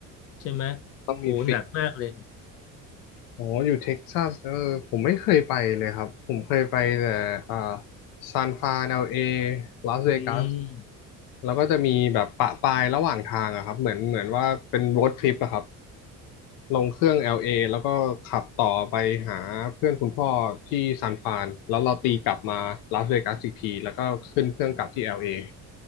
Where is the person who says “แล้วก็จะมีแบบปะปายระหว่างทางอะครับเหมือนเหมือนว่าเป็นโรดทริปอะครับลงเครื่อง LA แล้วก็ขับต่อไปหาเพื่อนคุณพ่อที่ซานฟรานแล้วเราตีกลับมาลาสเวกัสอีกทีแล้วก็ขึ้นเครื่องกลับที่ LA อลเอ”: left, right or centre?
Left